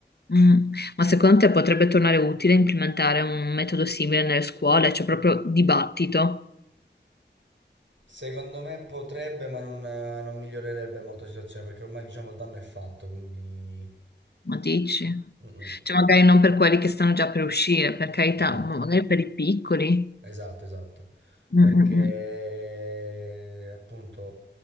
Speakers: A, on the left; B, on the right.
A: Mm. Ma secondo te potrebbe tornare utile implementare un metodo simile nelle scuole, cioè proprio dibattito?
B: Secondo me potrebbe, ma non, eh, non migliorerebbe molto la situazione perché ormai diciamo il danno è fatto, quindi...
A: Ma dici?
B: Mm, mm.
A: Cioè, magari non per quelli che stanno già per uscire, per carità,
B: Esatto,
A: ma magari per i piccoli.
B: esatto, esatto.
A: Mm,
B: Perché
A: mm, mm.
B: appunto